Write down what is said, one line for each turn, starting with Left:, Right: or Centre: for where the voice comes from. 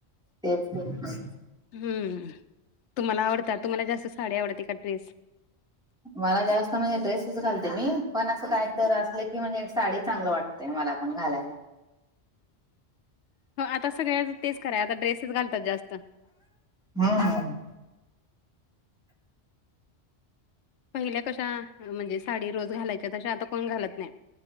Centre: तेच की.
Left: हम्म! तुम्हाला आवडतात तुम्हाला जास्त साडी आवडते का ड्रेस.
Centre: मला जास्त म्हणजे ड्रेसच घालते मी पण असं काय तर अस की म्हणजे साडी चांगलं वाटतेय मला पण घालायला.
Left: हो आता सगळ्या तेच कराय आता ड्रेसेस घालतात जास्त.
Centre: ह ह.
Left: पहिल्या कशा म्हणजे साडी रोज घालायच्या, तशा आता कोण घालत नाही.